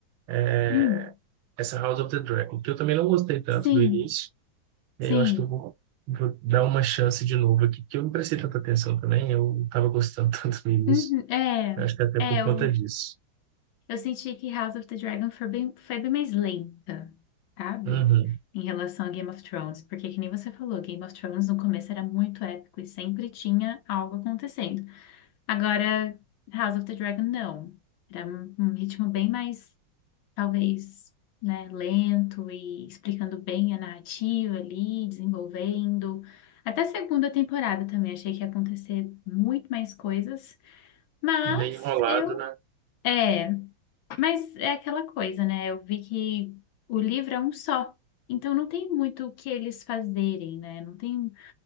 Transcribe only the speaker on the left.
Hum,
sim,
sim.
Uhum, é,
é,
eu,
eu senti que House of the Dragon foi bem, foi bem mais lenta, sabe?
Em relação a Game of Thrones, porque que nem você falou, Game of Thrones no começo era muito épico e sempre tinha algo acontecendo. Agora, House of the Dragon, não. Era um um ritmo bem mais talvez, né, lento e explicando bem a narrativa ali, desenvolvendo. Até a segunda temporada também achei que ia acontecer muito mais coisas, mas
eu
é, mas é aquela coisa, né? Eu vi que o livro é um só. Então não tem muito o que eles fazerem, né? Não tem